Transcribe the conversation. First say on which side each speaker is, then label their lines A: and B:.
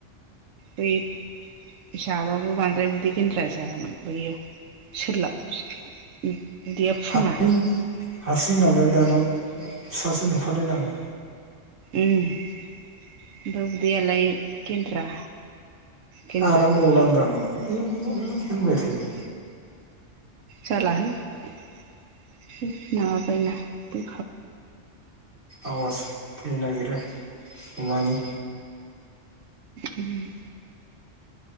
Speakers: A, on the right; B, on the right.
A: बै हिसाबाबो बांद्राय उदै गेन्द्रा जायामोन बैयो। सोरलाब उदैया फुङा।
B: हारसिं हारसिं नालाय दाना फिसासो नुफालाय लाङो।
A: उम ओमफाय उदैयालाय गेन्द्रा। गेन्द्रानो
B: आराम गलादां
A: बियो
B: उ उ होनबाय थायो।
A: जालाहाय एसे माबाबायना बै
B: आवाज फैनोनागिरो अमानि।
A: उम